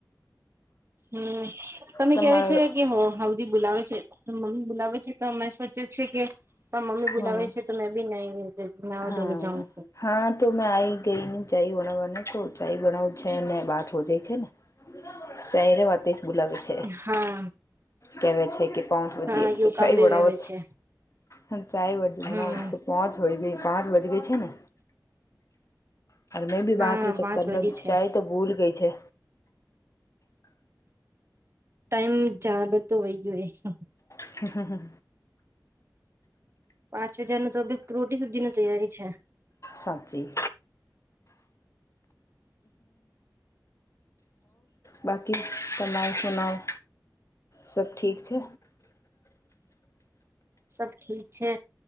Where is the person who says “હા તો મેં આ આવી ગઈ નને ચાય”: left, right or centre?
Left